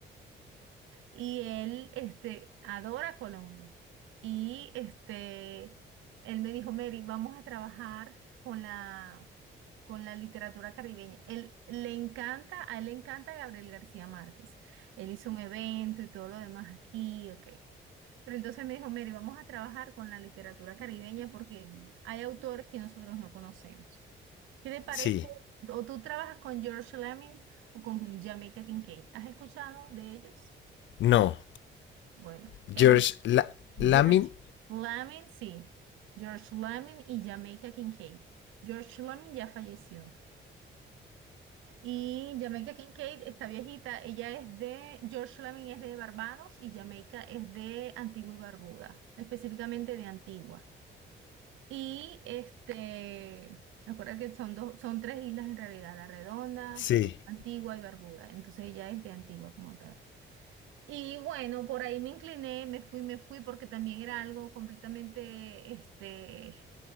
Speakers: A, on the right (about 80°); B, on the left (about 70°).
A: Y él, este, adora Colombia. Y este, él me dijo, Mary, vamos a trabajar con la, con la literatura caribeña. Él le encanta, a él le encanta Gabriel García Márquez. Él hizo un evento y todo lo demás aquí, ok. Pero entonces me dijo, Mary, vamos a trabajar con la literatura caribeña porque Mm. hay autores que nosotros no conocemos. ¿Qué te parece?
B: sí.
A: ¿O tú trabajas con George Lemming o con Jamaica Kincaid? ¿Has escuchado de ellos?
B: No,
A: Bueno,
B: George
A: ellos,
B: La- Lamin,
A: George Lamin, sí, George Lamin y Jamaica Kincaid. George Lamin ya falleció. Y Jamaica Kincaid, está viejita, ella es de, George Lamin es de Barbados y Jamaica es de Antigua y Barbuda, específicamente de Antigua. Y este, recuerda que son dos, son tres islas en realidad, La Redonda,
B: sí,
A: Antigua y Barbuda. Entonces ella es de Antigua como tal. Y bueno, por ahí me incliné, me fui, me fui, porque también era algo completamente, este,